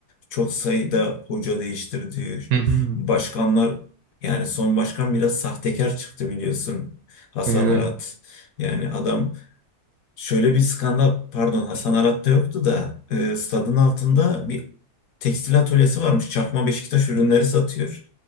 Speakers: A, on the left; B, on the right.
A: çok sayıda hoca değiştirdi.
B: Hı hı.
A: Başkanlar yani son başkan biraz sahtekar çıktı biliyorsun. Hasan
B: Yani,
A: Arat. Yani adam Şöyle bir skandal, pardon Hasan Arat'ta yoktu da e, stadın altında bir tekstil atölyesi varmış. Çakma Beşiktaş ürünleri satıyor.